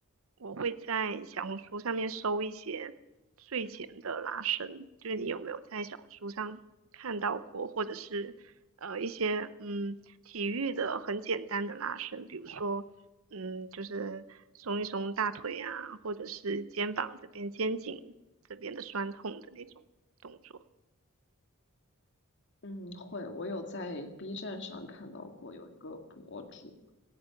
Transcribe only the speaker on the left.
嗯，会，我有在 B 站上看到过有一个博主，